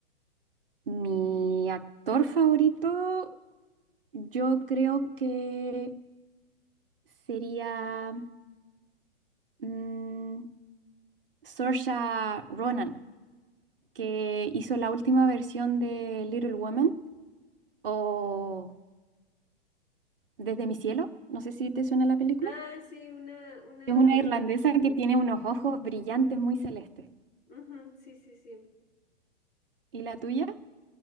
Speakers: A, on the right; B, on the left.
A: Mi actor favorito, yo creo que sería mm, Saoirse Ronan, que hizo la última versión de Little Women o Desde mi cielo. No sé si te suena la película.
B: Ah, sí, una, una,
A: Es una irlandesa que tiene unos ojos brillantes muy celestes.
B: ujú, sí, sí, sí.
A: ¿Y la tuya?